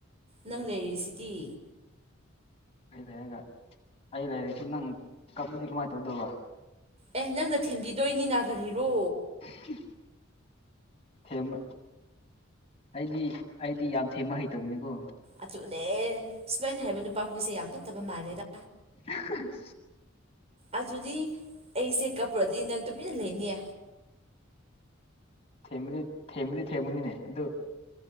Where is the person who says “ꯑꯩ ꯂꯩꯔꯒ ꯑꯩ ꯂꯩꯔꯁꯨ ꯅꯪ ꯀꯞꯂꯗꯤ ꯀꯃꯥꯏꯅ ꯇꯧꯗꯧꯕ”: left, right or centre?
Left